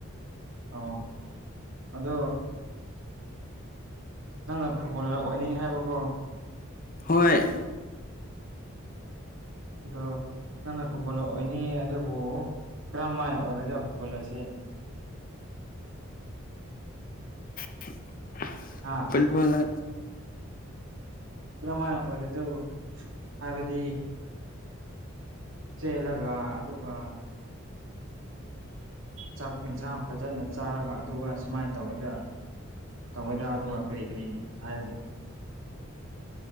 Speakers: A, on the right; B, on the left.
A: ꯑꯧ ꯑꯗꯣ ꯅꯪꯅ ꯐꯨꯠꯕꯣꯂꯔ ꯑꯣꯏꯅꯤꯡꯉꯦ ꯍꯥꯏꯕꯀꫭ
B: ꯍꯣꯏ
A: ꯑꯗꯣ ꯅꯪꯅ ꯐꯨꯠꯕꯣꯜ ꯂꯔ ꯑꯣꯏꯅꯤ ꯑꯗꯨꯕꯨ ꯀꯔꯝ ꯃꯥꯏ ꯑꯣꯏꯒꯗꯧ ꯐꯨꯠꯕꯣꯜ ꯂꯔꯁꯦ
B: <unintelligible>
A: ꯍꯥꯥ
B: ꯑꯣꯏ ꯐꯣꯂ
A: ꯀꯔꯝ ꯍꯥꯏꯥꯏꯅ ꯑꯣꯏꯒꯗꯧ ꯍꯥꯏꯕꯗꯤ ꯆꯦꯜꯂꯒ ꯑꯗꯨꯒ ꯆꯥꯛ ꯌꯦꯟꯁꯥꯡ ꯐꯖꯅ ꯆꯥꯔꯒ ꯑꯗꯨꯒ ꯁꯨꯃꯥꯏꯅ ꯇꯧꯕꯗ ꯇꯧꯒꯖꯥ ꯑꯗꯨꯒ ꯀꯔꯤ ꯀꯔꯤ ꯍꯥꯏꯌ